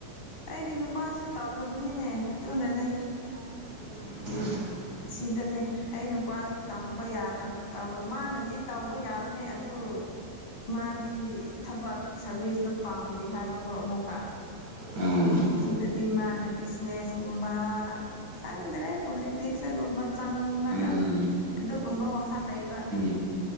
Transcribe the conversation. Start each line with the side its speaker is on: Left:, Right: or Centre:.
Left: ꯑꯩꯒꯤ ꯅꯨꯄꯥꯁꯨ ꯇꯧꯗꯕꯅꯤꯅꯦ ꯑꯗꯨꯅꯅꯦ
Right: <unintelligible>
Left: ꯁꯤꯇꯅꯦ ꯑꯩ ꯅꯨꯄꯥꯁꯨ ꯇꯧꯕ ꯌꯥꯗꯕ ꯇꯧ ꯃꯥꯅꯗꯤ ꯇꯧ ꯍꯕ ꯌꯥꯕꯅꯦ ꯑꯗꯨ ꯃꯥꯗꯤ ꯊꯕꯛ ꯁꯥꯔꯚꯤꯁꯇꯨ ꯄꯥꯝꯗꯦ ꯍꯥꯏꯕꯀꯣ ꯑꯃꯨꯛꯀ
Right: ꯎꯝ
Left: ꯑꯗꯨꯗꯗꯤ ꯃꯥꯅ ꯕꯤꯖꯤꯅꯦꯁꯀꯨꯝꯕ ꯈꯪꯗ꯭ꯔꯦ ꯍꫭꯂꯤ ꯇꯤꯛꯁꯇꯒꯨꯝꯕ ꯆꯪꯂꯒ
Right: ꯎꯝ
Left: ꯑꯗꯨꯒꯨꯝꯕ ꯋꯥꯈꯜ ꯂꯩꯕ
Right: ꯎꯝ